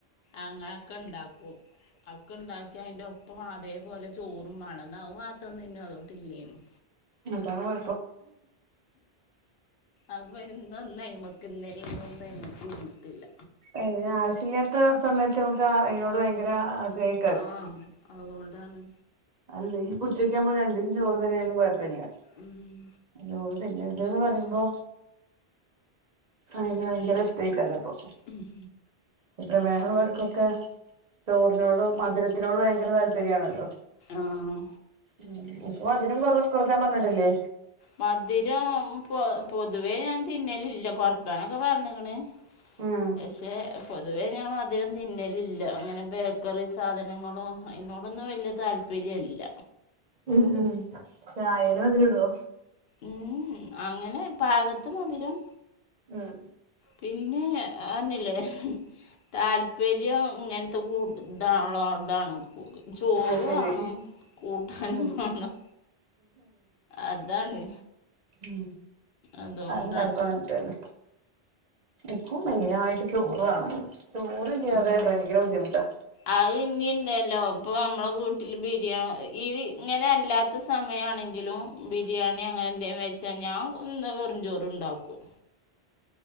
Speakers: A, on the left; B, on the right.
A: അങ്ങനെയൊക്കെ ഇണ്ടാക്കും അഹൊക്കെ ഇണ്ടാക്കിയ അയിന്റെ ഒപ്പം അതേപോലെ ചോറും വേണം ന്നാ അത് മാത്രം തിൻനോ അതൊട്ടില്ലേനും
B: അതാണ് കൊ
A: അപ്പൊ ഇന്നൊന്ന് അയ്‌മക്ക് ഇന്നലിം ഇന്നൊന്നും അയ്മക്ക് ഇര്ന്നിട്ട്ല്ല
B: അയിന് ആവശ്യയില്ലാത്ത സമയത്ത് നമുക്ക് അയിനോട് ഭയങ്കര ആഗ്രഹി
A: ആഹ് അതോണ്ടാണ്
B: അല്ലെങ്കി പ്പൊ ഉച്ചക്ക് ഞമ്മൾ രണ്ടീസം ചോറ്ന്നില്ലേലും കൊഴപ്പല്ല്യ
A: ഉം
B: അയ്ഞോറ് തിന്നര്ത് ന്ന് പറീമ്പോ അയ്ന് ഭയങ്കര ഇഷ്ടെയ്ക്കാരപ്പൊ
A: ഉം.
B: പ്പ പ്രമേഹള്ളോര്ക്കൊക്കെ ചോറിനോടും മധുരത്തിനോട് ഭയങ്കര താല്പര്യ ആണല്ലോ
A: ആഹ്
B: ഉം ഇപ്പൊ മധ് രം കൊറ് കൊറക്കാൻ പറഞ്ഞിട്ടില്ലേ
A: മധ് രം പൊ പൊതുവേ ഞാൻ തിന്നലില്ല കൊറക്കാനൊക്കെ പറഞ്ഞ്ക്ക്ണ്
B: ഉം
A: പശ്ശെ പൊതുവെ ഞാൻ മധുരം തിന്നലില്ല അങ്ങനെ ബേക്കറി സാധനങ്ങളും അയ്നോടൊന്നും വല്യെ താല്പര്യ അല്ല
B: ഉം ചായേല് മധുരം ഇടോ
A: ഉഹും അങ്ങനെ പാകത്ത് മധിരം
B: ഉം
A: പിന്നേ എഹ് അറിഞ്ഞില്ലേ താൽ പ്പര്യം ഇങ്ങൻത്തെ കൂട് ഇതാള്ളോടാ ണ് കു ചോറു
B: അത് ശരി
A: വാണം കൂട്ടാനും
B: ഉം
A: വാണം അതാണ്
B: ഉം
A: അതുകൊണ്ടാണ്
B: അഹ് എല്ലാർക്കും അങ്ങൻതന്നെ ഇക്കും മെയിനായിട്ട് ചോറ് വാണം. ചോറില്ല്യാതെ
A: ഉം
B: ഭയങ്കര ബുദ്ധിമുട്ടാ
A: അത് ഇനിയ്ണ്ടല്ലോ പ്പൊ നമ്മുടെ വീട്ടില് ബിരിയാ ത് ഇങ്ങനെ അല്ലാ ത്ത സമയാണെങ്കിലും ബിരിയാണി അങ്ങനെ എന്തേലും വെച്ചാ ഞാൻ ഒന്ന് വെറും ചോറ്ണ്ടാക്കും